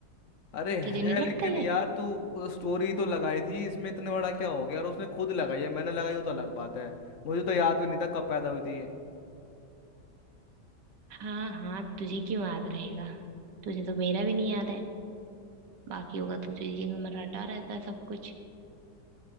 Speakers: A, on the left; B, on the right.
A: अरे है
B: तुझे नहीं लगता
A: लेकिन
B: ये
A: यार तू स्टोरी तो लगाई थी इसमें इतने बड़ा क्या हो गया और उसने खुद लगाई है मैंने लगाई हो तो अलग बात है मुझे तो याद भी नहीं था कब पैदा हुई थी ये
B: हाँ हाँ तुझे क्यों याद रहेगा तुझे तो मेरा भी नहीं याद है बाकी होगा तो तुझे ये रटा रहता है सब कुछ